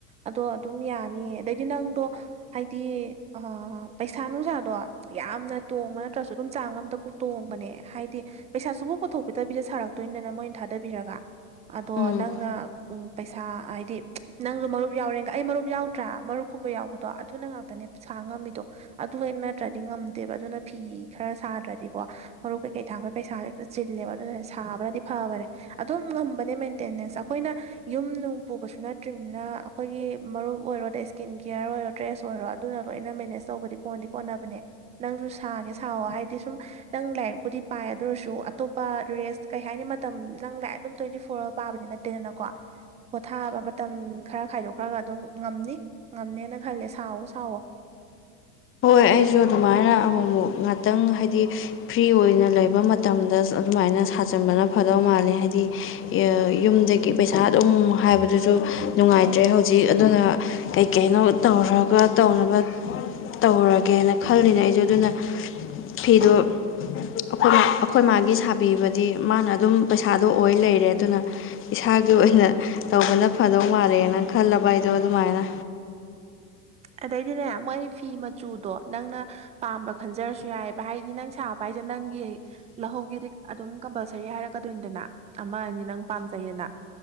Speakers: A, on the right (about 15°); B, on the left (about 25°).
A: ꯑꯗꯣ ꯑꯗꯨꯝ ꯌꯥꯅꯤꯌꯦ ꯑꯗꯩꯗꯤ ꯅꯪꯗꯣ ꯍꯥꯏꯗꯤ ꯍꯥ ꯄꯩꯁꯥ ꯅꯨꯡꯁꯥꯗꯣ ꯌꯥꯝꯅ ꯇꯣꯡꯕ ꯅꯠꯇ꯭ꯔꯁꯨ ꯑꯗꯨꯝ ꯆꯥꯡ ꯑꯝꯗ ꯇꯣꯡꯕꯅꯦ ꯍꯥꯏꯗꯤ ꯄꯩꯁꯥꯁꯨꯐꯕꯨ ꯄꯨꯊꯣꯛꯄꯤꯇꯕꯤꯗ ꯁꯥꯔꯛꯇꯣꯏꯗꯅ ꯃꯣꯏꯅ ꯊꯥꯗꯕꯤꯔꯒ ꯑꯗꯣ
B: ꯎꯝ
A: ꯅꯪꯅ ꯎ ꯄꯩꯁꯥ ꯍꯥꯏꯗꯤ ꯅꯪꯁꯨ ꯃꯔꯨꯞ ꯌꯥꯎꯔꯦꯡꯒ ꯑꯩ ꯃꯔꯨꯞ ꯌꯥꯎꯗ꯭ꯔꯥ ꯃꯔꯨꯞ ꯀꯨꯝꯕ ꯌꯥꯎꯕꯗꯣ ꯑꯗꯨꯅ ꯉꯥꯛꯇꯅꯦ ꯄꯩꯁꯥ ꯉꯝꯃꯤꯗꯣ ꯑꯗꯨ ꯍꯦꯛ ꯅꯠꯇ꯭ꯔꯗꯤ ꯉꯝꯗꯦꯕ ꯑꯗꯨꯅ ꯐꯤ ꯈꯔ ꯁꯥꯗ꯭ꯔꯗꯤꯀꯣ ꯃꯔꯨꯞ ꯀꯩꯀꯩ ꯊꯥꯡꯒꯠ ꯄꯩꯁꯥ ꯍꯦꯛꯇ ꯆꯤꯜꯂꯦꯕ ꯑꯗꯨꯅ ꯁꯥꯕꯅꯗꯤ ꯐꯕꯅꯦ ꯑꯗꯨꯝ ꯉꯝꯕꯅꯦ ꯃꯦꯟꯇꯦꯅꯦꯟꯁ ꯑꯈꯣꯏꯅ ꯌꯨꯝ ꯅꯨꯡ ꯄꯨꯕꯁꯨ ꯅꯠꯇ꯭ꯔꯤꯝꯅ ꯑꯈꯣꯏꯒꯤ ꯃꯔꯨꯞ ꯑꯣꯏꯔꯣꯗ ꯏꯁꯀꯤꯟ ꯀꯤꯌꯥꯔ ꯑꯣꯏꯔꯣ ꯇ꯭ꯔꯦꯁ ꯑꯣꯏꯔꯣ ꯑꯗꯨꯅ ꯂꯣꯏꯅ ꯃꯦꯅꯦꯖ ꯇꯧꯕꯗꯤ ꯀꯣꯟꯗꯤ ꯀꯣꯟꯅꯕꯅꯦ ꯅꯪꯁꯨ ꯁꯥꯒꯦ ꯁꯥꯑꯣ ꯍꯥꯏꯗꯤ ꯁꯨꯝ ꯅꯪ ꯂꯥꯏꯔꯤꯛꯄꯨꯗꯤ ꯄꯥꯏ ꯑꯗꯨ ꯑꯣꯏꯔꯁꯨ ꯑꯇꯣꯞꯄ ꯔꯦꯁ ꯀꯩ ꯍꯥꯏꯅꯤ ꯃꯇꯝ ꯅꯪ ꯂꯥꯏꯛ ꯑꯗꯨꯝ ꯇ꯭ꯋꯦꯟꯇꯤ ꯐꯣꯔ ꯑꯋꯥꯔ ꯄꯥꯕꯗꯤ ꯅꯠꯇꯦꯗꯅꯀꯣ ꯄꯣꯊꯥꯕ ꯃꯇꯝ ꯈꯔ ꯈꯥꯏꯗꯣꯛꯈ꯭ꯔꯒ ꯑꯗꯨꯝ ꯉꯝꯅꯤ ꯉꯝꯅꯦꯅ ꯈꯜꯂꯦ ꯁꯥꯎꯋꯦ ꯁꯥꯎꯋꯦ
B: ꯍꯣꯏ ꯑꯩꯁꯨ ꯑꯗꯨꯃꯥꯏꯅ ꯑꯃꯨꯛꯃꯨꯛ ꯉꯥꯛꯇꯪ ꯍꯥꯏꯗꯤ ꯐ꯭ꯔꯤ ꯑꯣꯏꯅ ꯂꯩꯕ ꯃꯇꯝꯗ ꯑꯗꯨꯃꯥꯏꯅ ꯁꯥꯖꯟꯕꯅ ꯐꯗꯧ ꯃꯥꯜꯂꯦ ꯍꯥꯏꯗꯤ ꯌꯨꯝꯗꯒꯤ ꯄꯩꯁꯥ ꯑꯗꯨꯝ ꯍꯥꯏꯕꯗꯨꯁꯨ ꯅꯨꯡꯉꯥꯏꯇ꯭ꯔꯦ ꯍꯧ ꯖꯤꯛ ꯑꯗꯨꯅ ꯀꯩꯀꯩꯅꯣ ꯇꯧꯔꯒ ꯇꯧꯅꯕ ꯇꯧꯔ ꯀꯦꯅ ꯈꯜꯂꯤꯅꯦ ꯑꯩꯁꯨ ꯑꯗꯨꯅ ꯐꯤꯗꯣ ꯑꯩꯈꯣꯏ ꯑꯩꯈꯣꯏ ꯃꯥꯒꯤ ꯁꯥꯕꯤꯕꯗꯤ ꯃꯥꯅ ꯑꯗꯨꯝ ꯄꯩꯁꯥꯗꯣ ꯑꯣꯏ ꯂꯩꯔꯦ ꯑꯗꯨꯅ ꯏꯁꯥꯒꯤ ꯑꯣꯏꯅ ꯇꯧꯕꯅ ꯐꯗꯧ ꯃꯥꯜꯂꯦꯅ ꯈꯜꯂꯕ ꯑꯩꯗꯣ ꯑꯗꯨꯃꯥꯏꯅ
A: ꯑꯗꯩꯗꯤꯅꯦ ꯃꯣꯏ ꯐꯤ ꯃꯆꯨꯗꯣ ꯅꯪꯅ ꯄꯥꯝꯕ ꯈꯟꯖꯔꯁꯨ ꯌꯥꯏꯑꯕ ꯍꯥꯏꯗꯤ ꯅꯪ ꯁꯥꯕ ꯍꯥꯏꯁꯦ ꯅꯪꯒꯤ ꯂꯧꯍꯧꯒꯦꯗꯤ ꯑꯗꯨꯝ ꯀꯝꯄꯜꯁꯔꯤ ꯍꯥꯏꯔꯛꯀꯗꯣꯏꯅꯤꯗꯅ ꯑꯃ ꯑꯅꯤ ꯅꯪ ꯄꯥꯝꯖꯩꯌꯦꯅ